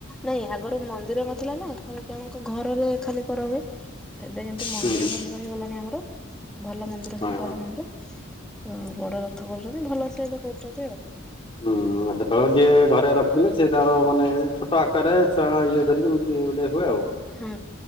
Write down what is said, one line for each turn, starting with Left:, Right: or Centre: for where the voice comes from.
Centre: ନାଇଁ ଆଗରୁ ମନ୍ଦିର ନଥିଲା ନା। <unintelligible> ଜଣଙ୍କ ଘରରେ ଖାଲି କରା ହୁଏ ଏବେ କିନ୍ତୁ ମନ୍ଦିର
Left: ହୁଁ ହୁଁ
Centre: ଫନ୍ଦିର ହେଇଗଲାଣି ଆମର। ଭଲ ମନ୍ଦିର
Left: ହଁ।
Centre: ହେଇଛି ବଡ ମନ୍ଦିର ତ ବଡ ରଥ କରୁଛନ୍ତି ଭଲ ର ସହିତ କରୁଛନ୍ତି ଆଉ।
Left: ହୁଁ ଯେତେବେଳେ ଯିଏ ଘରେ ରଖିଥିଲେ ସିଏ ତାର ମାନେ ଛୋଟ ଆକାରେ ଛୁଆ ଇଏ ଧରିକି ଏମିତି ଗୋଟେ ହୁଏ ଆଉ।
Centre: ହଁ।